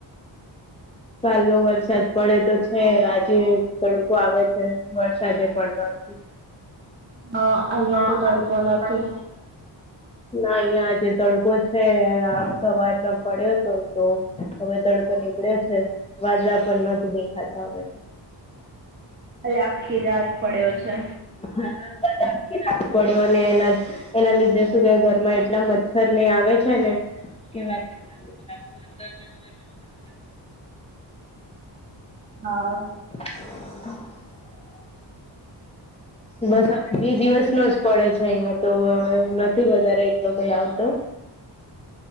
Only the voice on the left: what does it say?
કાલનો વરસાદ પડે તો છે આજે તડકો આવે છે વરસાદ પણ નથી.
હા
અહીંયા
તો તડકો ના અહિયાં જે તડકો છે આ સવારમાં પડ્યો હતો તો. હવે તડકો નીકળ્યો છે, વાદળા પણ નથી દેખાતા હવે.
હા બ પડ્યો ને એના એના લીધે શું કે ઘરમાં એટલા મચ્છર ને આવે છે ને. કે વાતે જ આખ દરવાજો બરવાજો બધું
<inaudible> બસ હવે બે દિવસ નો જ પડે છે અહિયાં તો હવે નથી વધારે એટલો કઈ આવતો.